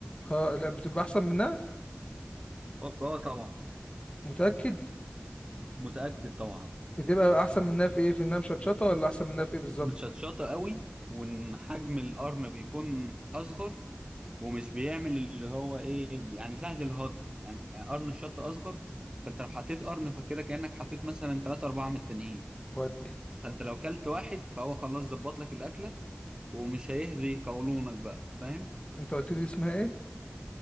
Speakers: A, on the left; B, on the right.
A: اه لا بتبقى احسن منها
B: اه آه طبعا
A: متأكد
B: متأكد طبعا
A: بتبقى احسن منها في ايه في انها مشطشطة ولا احسن منها في ايه بالظبط
B: متشطشطة قوي وإن حجم القرن بيكون أصغر ومش بيعمل اللي هض- هو ايه يعني سهل الهضم يعني قرن الشطة أصغر فأنت لو حطيت قرن فكده كأنك حطيت مثلا تلاتة أربعة من التانيين
A: ودي
B: فأنت لو كلت واحد فهو خلاص ظبط لك الأكلة ومش هيهري قولونك بقى فاهم
A: انت قلت لي دي اسمها ايه